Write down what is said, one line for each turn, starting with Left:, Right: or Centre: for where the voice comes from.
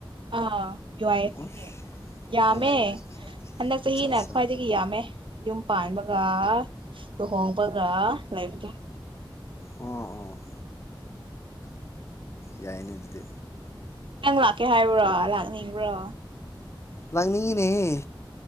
Right: ꯑꯥ ꯌꯨꯋꯥꯑꯦꯐꯁꯤꯒꯤ
Left: ꯑꯣ
Right: ꯌꯥꯝꯃꯦ
Left: ꯑꯣ
Right: ꯍꯟꯗꯛ ꯆꯍꯤꯅ
Left: ꯑꯠꯆꯥ ꯑꯠꯆꯥ
Right: ꯈ꯭ꯋꯥꯏꯗꯒꯤ ꯌꯥꯝꯃꯦ ꯌꯨꯝ ꯄꯥꯟꯕꯒ ꯂꯨꯍꯣꯡ ꯒ ꯂꯩꯕꯗꯣ
Left: ꯑꯣ ꯑꯣ ꯌꯥꯏꯅꯦ ꯑꯗꯨꯗꯤ
Right: ꯅꯪ ꯂꯥꯛꯀꯦ ꯍꯥꯏꯕ꯭ꯔꯣ ꯂꯥꯛꯅꯤꯡꯕ꯭ꯔꯣ
Left: ꯂꯥꯛꯅꯤꯡꯉꯤꯅꯦꯍꯦ